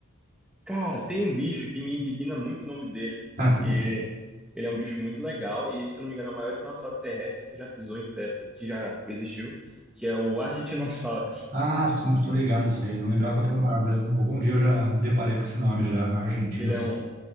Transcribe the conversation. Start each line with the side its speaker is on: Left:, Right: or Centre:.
Centre: Cara, tem um bicho que me indigna muito o nome dele,
Right: <laughs>
Centre: porque ele é um bicho muito legal e, se eu não me engano, é o maior dinossauro terrestre que já pisou em te- que já existiu, que é o <laughs> Argentinossauros.
Right: Ah, sim, nossa, tô ligado isso aí. Eu não lembrava que era maior, mas um- algum dia eu já me deparei com esse nome já, Argentinos.
Centre: Que ele é um